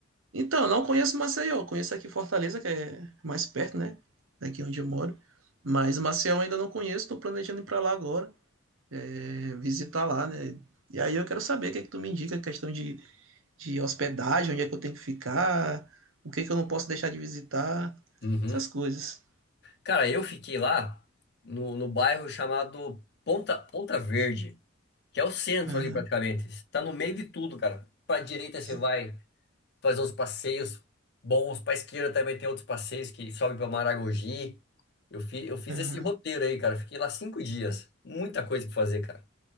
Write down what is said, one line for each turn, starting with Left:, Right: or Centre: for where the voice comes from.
Right: Então, não conheço Maceió, conheço aqui Fortaleza, que é mais perto, né? Daqui onde eu moro. Mas Maceió ainda não conheço, tô planejando ir pra lá agora, é, visitar lá, né? E aí eu quero saber o que é que tu me indica, questão de de hospedagem, onde é que eu tenho que ficar, o que é que eu não posso deixar de visitar,
Left: Uhum.
Right: essas coisas.
Left: Cara, eu fiquei lá no, no bairro chamado Ponta, Ponta Verde, que é o centro
Right: Aham.
Left: ali praticamente. Tá no meio de tudo, cara. Pra direita
Right: Sim,
Left: você vai fazer uns passeios bons. Pra esquerda também tem outros passeios que sobem pra Maragogi. Eu fi, eu fiz
Right: aham.
Left: esse roteiro aí, cara. Fiquei lá cinco dias. Muita coisa pra fazer, cara.